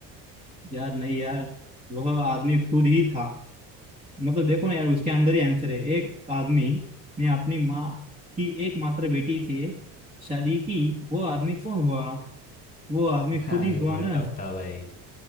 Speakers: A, on the right (about 20°); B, on the left (about 20°).
A: यार नहीं यार वह आदमी खुद ही था मतलब देखो ना यार उसके अंदर ही आंसर है एक आदमी ने अपनी माँ की एकमात्र बेटी से शादी की वो आदमी कौन हुआ वो आदमी
B: हाँ
A: खुद ही
B: ये
A: हुआ
B: थोड़ा
A: ना
B: टफ था भाई